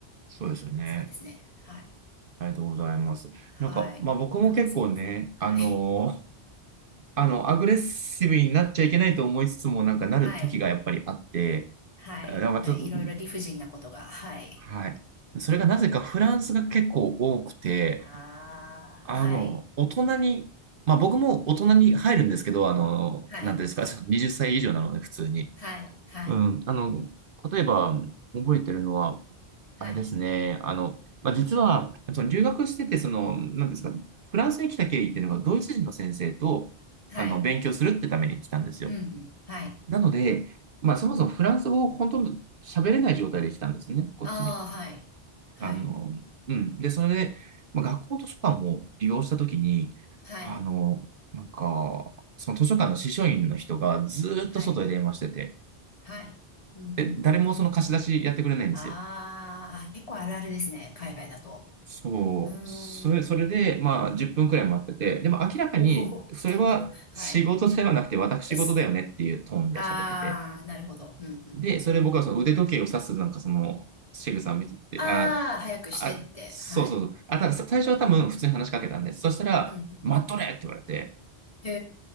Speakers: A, on the right; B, on the left.
A: そうですよね。
B: そうですね。はい。
A: ありがとうございます。
B: はい。
A: なんか、まあ僕も結構ね、
B: なんかすいません。はい。
A: あのー <laughs> あの、アグレッシブになっちゃいけないと思いつつも、なんかなる時がやっぱりあって、
B: <laughs> はい。はい。
A: えーまあちょっと、
B: ないろいろ理不尽なことが。はい。
A: はい。それがなぜかフランスが結構多くて、
B: ああ、
A: あの、
B: はい。
A: 大人に、まあ僕も大人に入るんですけど、あの、
B: はい。
A: なんていうんですか、その20歳以上なので普通に。
B: はい。はい。
A: うん、あの、例えば覚えてるのは、あれですね、
B: はい。
A: あの、まあ実は、その留学してて、その、なんていうんですか、フランスに来た経緯っていうのがドイツ人の先生と、
B: はい。
A: あの、勉強するってために来たんですよ。
B: うん。うんはい。
A: なので、まあそもそもフランス語を本当に喋れない状態で来たんですね、こっちに。
B: ああ、はい。はい。
A: あの、うん。で、それで、まあ、学校図書館を利用したときに、
B: はい。
A: あの、なんか、その図書館の司書員の人がずーっと外で電話してて、
B: はい。はい。うん。うん。
A: で、誰もその貸し出しやってくれないんですよ。
B: うんああ、結構あるあるですね。海外だと。
A: そう。
B: うーん。
A: それ、それで、まあ、10分くらい待ってて、
B: うん、
A: でも明らかに、
B: おお、
A: それは仕事ではなくて私事だよねっていうトーンで喋ってて、
B: <laughs> 結構。はい。です。ああ、なるほど。うん。うん。
A: で、
B: うん。
A: それ僕はその腕時計を指すなんかその仕草を見てて、
B: ああ、
A: あ、
B: 早くしてって。
A: あ、そうそうそう。
B: はい。
A: あ、たださ最初は多分普通に話しかけたんです。そしたら、
B: うんうん
A: 待っとれって言われて、
B: へ